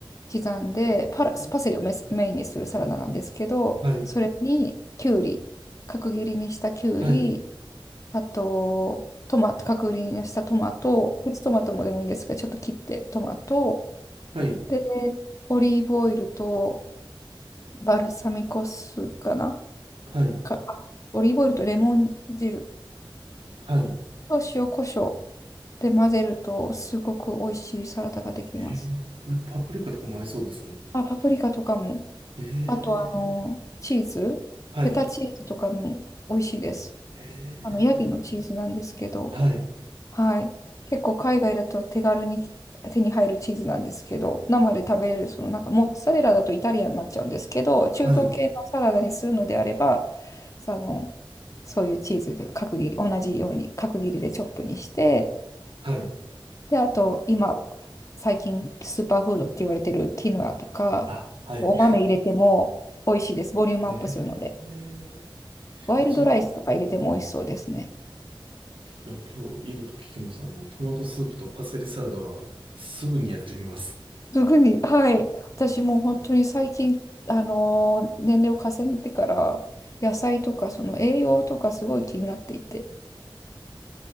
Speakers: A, on the left (about 40°); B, on the right (about 80°).
A: き刻んで、パラ、パセリをメス、メインにするサラダなんですけど、
B: はい、
A: それにきゅうり、角切りにしたきゅうり、
B: はい、
A: あと、トマト、角切りにしたトマト、プチトマトもでもいいんですけど、ちょっと切ってトマト、
B: はい、
A: で、オリーブオイルとバルサミコ酢かな
B: はい、
A: か、オリーブオイルとレモン汁
B: はい。
A: と塩コショウで混ぜると、すごく美味しいサラダができます。
B: へえ、なんかパプリカとかも合いそうですね。
A: あ、パプリカとかも、
B: へえ、
A: あと、あの、チーズ、
B: はい、
A: フェタチーズとかも美味しいです。
B: へえ、
A: あの、ヤギのチーズなんですけど、
B: はい、
A: はい。結構海外だと手軽に手に入るチーズなんですけど、生で食べれる、そのなんかモッツァレラだとイタリアンになっちゃうんですけど、中東系のサラダにするのであれば、
B: はい、
A: さあの、そういうチーズで角切り、同じように角切りでチョップにして、
B: はい。
A: で、あと今、最近スーパーフードって言われてるキヌアとか、
B: あ、はい。
A: お豆入れても美味しいです。
B: <laughs>
A: ボリュームアップするので。
B: ええ
A: ワイルドライスとか入れても美味しそうですね。
B: ちょっと、いや今日いいこと聞きます。あの、トマトスープとパセリサラダはすぐにやってみます。
A: すぐに、はい。私も本当に最近、あのー年齢を重ねてから、野菜とか、その栄養とかすごい気になっていて、